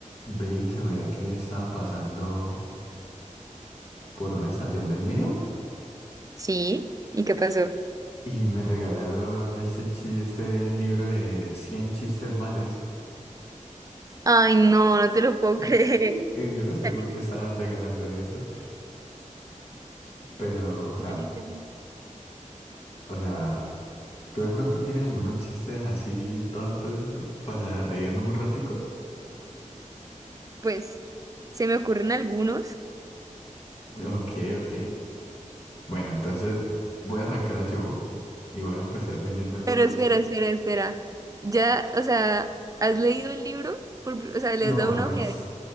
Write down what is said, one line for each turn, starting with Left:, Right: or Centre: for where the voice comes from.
Left: Veis, mira que estaba pasando por una estación del mío
Right: Sí, ¿y qué pasó?
Left: y me regalaron este, chi- este libro de 100 chistes malos.
Right: Ay, no, no te lo puedo <laughs> creer.
Left: <laughs> Y Yo no sé
Right: Ya
Left: por
Right: le-
Left: qué estaban regalando eso, pero, o sea,
Right: ya le hice el winch.
Left: o sea, ¿tú de pronto tienes algunos chistes así tontos para reírnos un ratico?
Right: Pues se me ocurren algunos,
Left: Ok, ok. Bueno, entonces voy a arrancar yo y voy a empezar leyendo algunos
Right: pero espera,
Left: chistes.
Right: espera, espera. Ya, o sea, ¿has leído el libro? Por pri- o sea, le
Left: No,
Right: has dado
Left: bueno,
Right: una ojeada.
Left: es-